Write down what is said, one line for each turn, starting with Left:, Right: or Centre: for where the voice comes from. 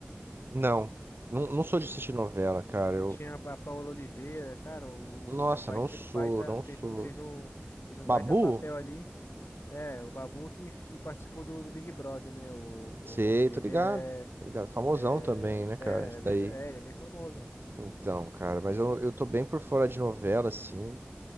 Right: Não, não, não não sou de assistir novela, cara.
Left: E
Right: Eu,
Left: tinha a Paola Oliveira, cara, o,
Right: nossa,
Left: o rapaz
Right: não
Left: fez
Right: sou,
Left: um baita,
Right: não
Left: fez
Right: sou.
Left: um, fez um, fez um
Right: Babu?
Left: baita papel ali. É, o Babu que f- participou do, do Big Brother, né? O,
Right: Sei,
Left: o nome dele
Right: tô ligado,
Left: é,
Right: tô ligado. Famosão
Left: é,
Right: também, né,
Left: é,
Right: cara? Isso
Left: é verdade,
Right: daí.
Left: é, ele é bem famoso.
Right: Então, cara, mas eu, eu tô bem por fora de novela, assim.